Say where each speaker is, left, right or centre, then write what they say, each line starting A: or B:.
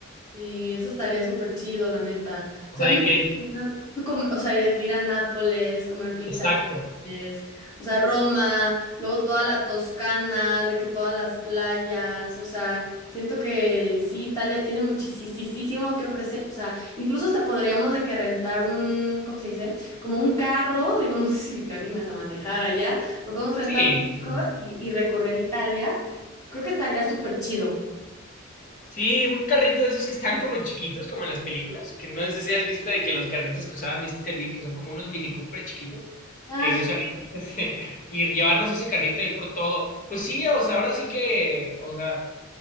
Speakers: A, on the left; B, on the left.
A: Sí, eso estaría súper chido, la neta. O
B: O
A: sea,
B: sea,
A: a
B: de
A: mí
B: que,
A: me gusta com- o sea, y de que ir a Nápoles, comer pizza,
B: exacto,
A: en Nápoles, o sea, Roma, luego toda la Toscana, de que todas las playas, o sea, siento que sí, Italia tiene muchísimo que ofrecer, o sea, incluso hasta podríamos de que rentar un, ¿cómo se dice? Como un carro, digo, <laughs> no sé si te animas a manejar allá, pero podemos rentar
B: sí,
A: un
B: sin problema.
A: carro y, y recorrer Italia, creo que estaría súper chido.
B: Sí, un carrito de esos que están como chiquitos, como en las películas, que no sé si has visto de que los carritos que usaba Mr. Bean, que son como unos Mini Cooper chiquitos,
A: Ah,
B: que usan <laughs> y llevarnos ese carrito ahí por todo. Pues sí, o sea, ahora sí que, o sea...